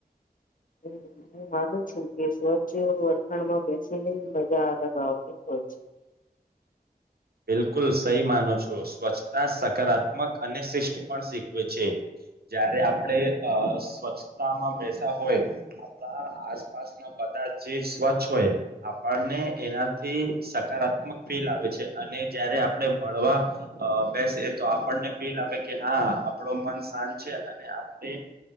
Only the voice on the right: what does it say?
બિલકુલ સહી માનો છો સ્વચ્છતા સકારાત્મક અને શિષ્ટ પણ શીખવે છે જયારે આપણે અ સ્વચ્છતામાં બેસા હોય આપણા આસપાસના બધા જે સ્વચ્છ હોય આપણને એનાથી સકારાત્મક ફીલ આવે છે. અને જયારે આપણે ભણવા અ બેસે તો આપણને ફીલ આવે કે હા આપડો મન શાંત છે અને આપણે